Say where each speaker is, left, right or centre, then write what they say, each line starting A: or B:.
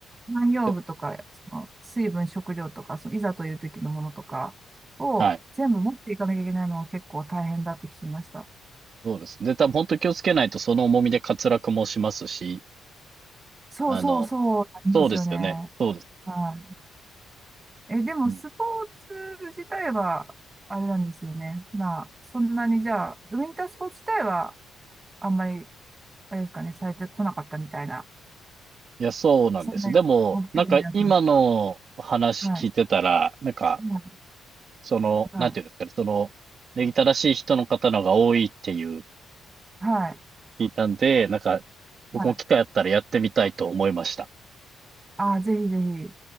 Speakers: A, on the right (about 25°); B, on the right (about 50°).
A: の農業具とか、
B: で
A: その水分、食料とか、そのいざという時のものとかを全部持っていかなきゃいけないのが結構大変だって聞きました。
B: はい。そうですね。で、多分本当気をつけないとその重みで滑落もしますし、
A: そうそうそうなんですよね。
B: あの、そうですよね。そうです。
A: はい。え、でも、
B: うん。
A: スポーツ自体は、あれなんですよね。まあ、そんなにじゃあ、ウィンタースポーツ自体は、あんまり、あれですかね、されてこなかったみたいな、
B: いや、そうなんです。
A: そんなにご興味なく、
B: でも、なんか今の話聞いてたら、
A: はい。
B: なんか、
A: はい。
B: その、
A: はい。
B: なんていうんですかね、その、礼儀正しい人の方の方が多いっていう
A: はい。
B: 聞いたんで、なんか、僕も機会あったらやってみたいと思いました。
A: はい。ああ、ぜひぜひ。